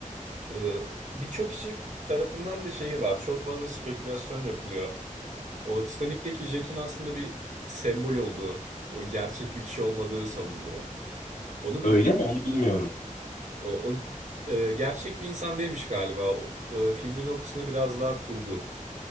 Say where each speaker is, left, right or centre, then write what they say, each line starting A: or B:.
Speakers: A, on the right; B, on the left.
A: E, birçok kişi tarafından da şeyi var. Çok fazla spekülasyon yapılıyor. O Titanik'teki Jack'in aslında bir sembol olduğu, o gerçek bir kişi olmadığı savunuluyor. Onu
B: Öyle
A: biliyorum.
B: mi onu bilmiyorum.
A: O, o e, gerçek bir insan değilmiş galiba. O, e, filmin o kısmı biraz daha kurgu.